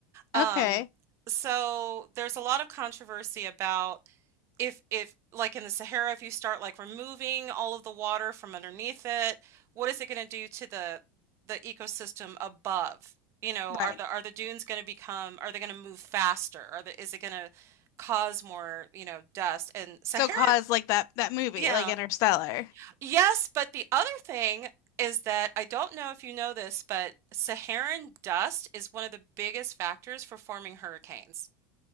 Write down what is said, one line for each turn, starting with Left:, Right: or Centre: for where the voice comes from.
Right: Um,
Left: Okay.
Right: so there's a lot of controversy about if if like in the Sahara, if you start like removing all of the water from underneath it, what is it going to do to the the ecosystem above? You know, are
Left: Right.
Right: the are the dunes going to become are they going to move faster? Are the is it going to cause more, you know, dust? And Sahara,
Left: So cause like that that movie,
Right: yeah.
Left: like Interstellar.
Right: Yes, but the other thing is that I don't know if you know this, but Saharan dust is one of the biggest factors for forming hurricanes.